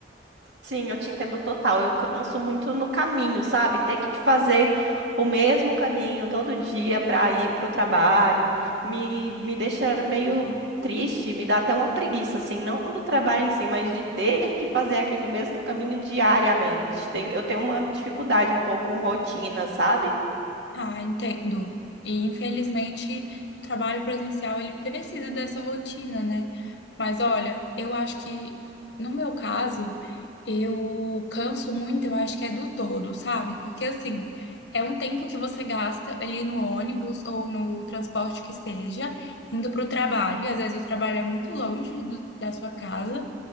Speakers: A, on the right (about 80°); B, on the left (about 80°).
A: Sim, eu te entendo total. Eu canso muito no caminho, sabe? Ter que fazer o mesmo caminho todo dia para ir pro trabalho me, me deixa meio triste, me dá até uma preguiça, assim, não do trabalho em si, mas de ter que fazer aquele mesmo caminho diariamente. Tem- eu tenho uma dificuldade um pouco com rotina, sabe?
B: Ah, entendo. E infelizmente o trabalho presencial ele precisa dessa rotina, né? Mas olha, eu acho que no meu caso, eu canso muito, eu acho que é do todo, sabe? Porque assim, é um tempo que você gasta ali no ônibus ou no transporte que seja, indo para o trabalho, e às vezes o trabalho é muito longe do- da sua casa.